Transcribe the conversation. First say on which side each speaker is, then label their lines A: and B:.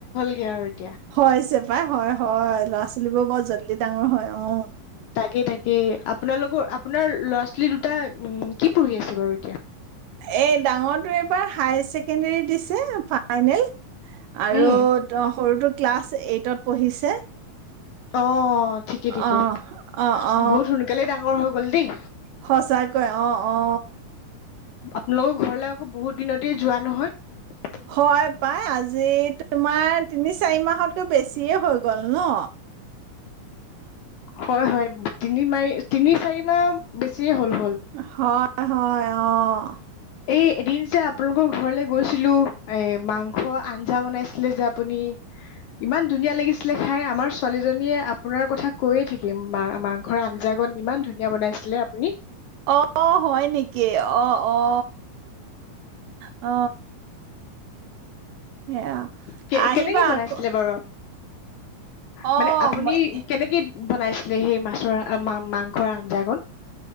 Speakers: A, on the left; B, on the right.
A: <unintelligible>
B: হয়ছে পাই হয় হয় লষ্ট চোৱালিবোৰ বৰ জল্দি ডাঙৰ হয় অ
A: তাকে তাকে আপোনালোকৰ আপোনাৰ ল'ৰা ছোৱালী দুটা উ কি পঢ়ি আছে বাৰু এতিয়া
B: এ ডাঙৰটো এবাৰ হায়াৰ চছেকেণ্ডৰী দিছে ফাইনেল আৰু
A: উম
B: ত সৰুটো ক্লাছ এইটত পঢ়িছে
A: অ অ ঠিকে ঠিকে
B: অ অ অ
A: বহুত সোনকালে ডাঙৰ হল হল্ দেই
B: সঁচাকৈ অ অ
A: আপোনালোকৰ ঘৰলে আকৌ বহুত দিনতে যোৱা নহয়।
B: হয় প্ৰায় আজি তোমাৰ তিনি চাৰি মাহতকৈ বেছিয়ে হৈ গ'ল ন
A: হয় হয় তিনি মাৰি তিনি চাৰি মাহ বেছি এ হ'ল হল
B: হয় হয় অ'
A: এই এদিন যে আপোনালোকৰ ঘৰলৈ গৈছিলো এ মাংস আঞ্জা বনাইছিলে যে আপুনি ইমান ধুনীয়া লাগিছিলে খাই আমাৰ ছোৱালীজনীয়ে আপোনাৰ কথা কৈয়ে থাকে মাংসৰ আঞ্জাকন ইমান ধুনীয়া বনাইছিলে আপুনি
B: অ হয় নেকি অ অ অ সেয়া
A: কে
B: আহিবা
A: কেনেকে বনাইছিলে
B: আকৌ
A: বাৰু
B: অ',
A: মানে আপুনি
B: ম-
A: কেনেকে বনাইছিলে সেই মাছৰ মা মাংসৰ আঞ্জা কন